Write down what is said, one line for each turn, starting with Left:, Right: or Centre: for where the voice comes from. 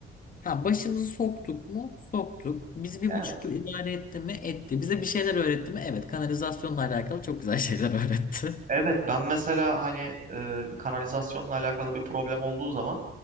Left: Ha başımızı soktuk mu? Soktuk. Bizi bir
Right: Evet.
Left: buçuk yıl idare etti mi? Etti. Bize bir şeyler öğretti mi? Evet. Kanalizasyonla alakalı çok güzel şeyler öğretti. <laughs>
Right: Evet ben mesela hani e, kanalizasyonla alakalı bir problem olduğu zaman